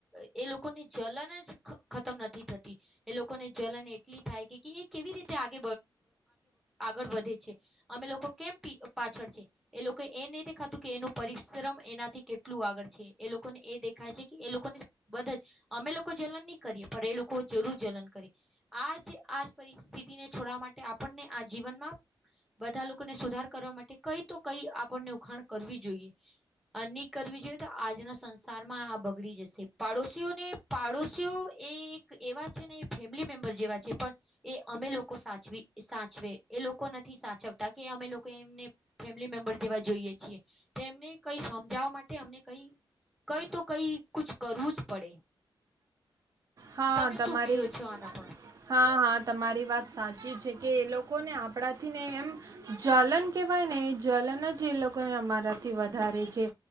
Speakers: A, in the centre; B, on the right.
A: એ લોકોની જલન જ ખતમ નથી થતી એ લોકોને જલન એટલી થાય કે એ કેવી રીતે આગ આગળ વધે છે. અમે લોકો કેમ પી પાછળ છે એ લોકો એ નય દેખાતુ એનું પરિશ્રમ એનાથી કેટલું આગળ છે એ લોકોને એ દેખાય છે કે એ લોકોને બધા જ અમે લોકો જલન નહી કરીએ પણ એ લોકો જરૂર જલન કરી. આજ આ પરિસ્થિતિ ને છોડવા માટે આપણને આ જીવનમાં બધા લોકોને સુધાર કરવા માટે કઈ તો કઈ આપણને ઉખાણ કરવી જોઈએ આની કરવી જોઈએ તો આજના સંસારમાં આ બગડી જશે. પાડોશીઓને પાડોશીઓ એ એક એવા છે ને ફેમિલી મેમ્બર જેવા છે પણ એ અમે લોકો સાચવી સાચવે લોકો નથી સાચવતા કે અમે લોકો એમને ફેમિલી મેમ્બર જેવા જોઈએ છીએ તેમને કઈ સમજાવવા માટે અમને કઈ કઈ તો કઈ કછુ કરવું જ પડે
B: હા
A: તમે
B: તમારી,
A: શું કેવો છો આના પર
B: હા હા તમારી વાત સાચી છે કે એ લોકોને આપણાથી ને એમ જલન કહેવાય ને એ જલન જ એ લોકોને અમારા થી વધારે છે